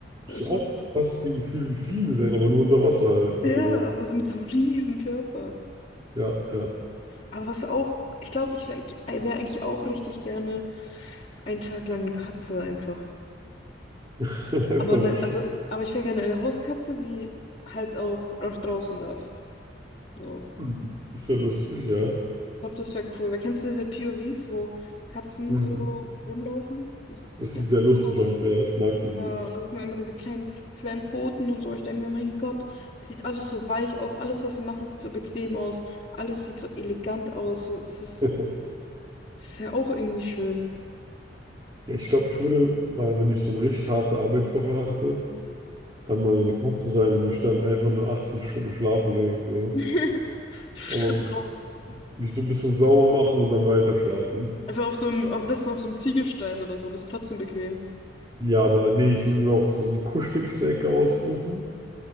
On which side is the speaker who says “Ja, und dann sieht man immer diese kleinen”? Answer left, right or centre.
Left